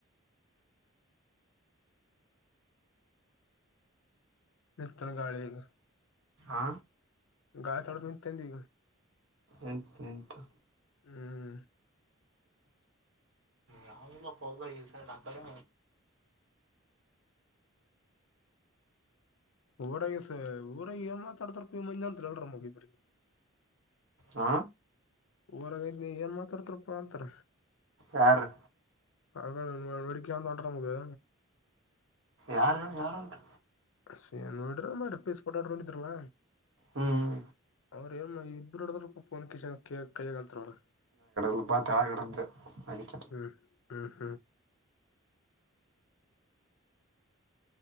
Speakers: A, on the left; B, on the right.
A: ನಿತನ ಗಾಳಿಗ
B: ಆ
A: ಗಾಳ ತೊಡ ನಿೆಂತಗ
B: ಎಂಟು ಎಂಟು
A: ಹ್ಮ್
B: ಯಾವಲ್ಲಕ್ಕ ಹೋಗ ಈ ಸೈಡ್ ಆ ಕಡೆ
A: ಊರಾಗಸ ಊರಾಗ ಮಾತಾಡ್ತಾರ ಪ ಮ ಅಂತಲಲ್ರ ಮುಗಿ ಇಬ್ರಿಗೆ
B: ಹ
A: ಹೊರಾಗಐ್ನ ಏನ್ ಮಾತಾಡ್ತಾರಪ್ಪಾ ಅಂತ
B: ಯಾರು
A: ಹ ಮಡಿಕನ್ ತೊೊಂಡ್ರ ನಮಗೆ
B: ಯಾರು ಯಾರು ಉಂಟು
A: ಸ ನೋಡ್ರ ಮಾಡ್ರ ಪೇಸ್ ಪೋಟಾಡ ನೋಡಿದಲ್ಲ
B: ಹ್ಮ್
A: ಅವ್ರ ಏನು ಇಬರು ಹಡದರು ೋನ್ ಕನ್ ಕೈಯಗಂತ ಅವ್ರ
B: ಕುಪಾ ತಳ ಕಡ್ದ ಮದಕ
A: ಹ್ಮ್ ಹ್ಮ್ ಹ್ಮ್